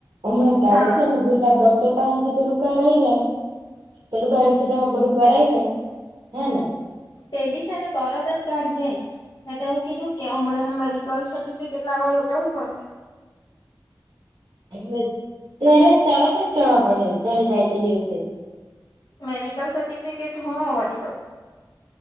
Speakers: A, on the right (about 80°); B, on the left (about 70°).
A: હમણાં ચાલશે
B: હા
A: ને ગુલાબ ડોક્ટર પાહે થી પેલું કઢાઈ લેમ પેલું કાઢી તે તેમાં બધું કરાવી લેમ હેને.
B: તેબી છે ને તરત જ કાઢજે. મેં તો એવું કીધું કે હમણાં નું મેડિકલ સર્ટિફિકેટ લાવવાનું તો હું કરવાનુ.
A: એટલે ત્યારે તરત જ કહેવા પડહે ત્યારે જાય ત્યારે તે દિવસે.
B: મેડિકલ સર્ટિફિકેટ હો વરી તો